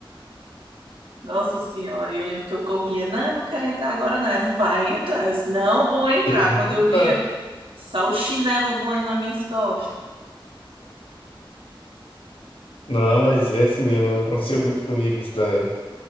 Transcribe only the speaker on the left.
Você vai
entrar.
Não, mas
é assim mesmo. Aconteceu muito comigo isso também.